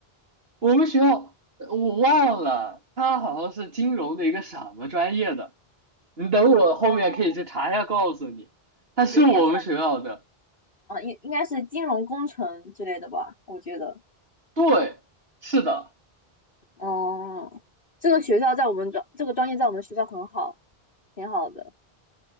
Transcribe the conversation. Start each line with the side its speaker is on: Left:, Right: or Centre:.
Right: <laughs> 我们学校呃我忘了，他好像是金融的一个什么专业的，你等我后面可以去查一下告诉你，
Left: 哦，
Right: 他是我们学校的。
Left: 有点像，啊，应应该是金融工程之类的吧，我觉得。
Right: 对，是的，
Left: 哦，这个学校在我们专，这个专业在我们学校很好，挺好的。